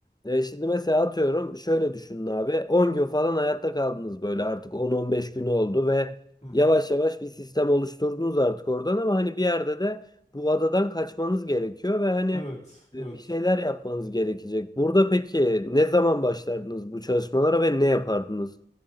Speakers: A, on the left; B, on the left.
A: E, Şimdi mesela atıyorum şöyle düşünün abi 10 gün falan hayatta kaldınız böyle artık 10-15 günü oldu ve
B: hı. hı.
A: yavaş yavaş bir sistem oluşturdunuz artık oradan ama hani bir yerde de bu adadan kaçmanız gerekiyor ve hani
B: Evet, evet.
A: e, bir şeyler yapmanız gerekecek. Burada peki ne zaman başlardınız bu çalışmalara ve ne yapardınız?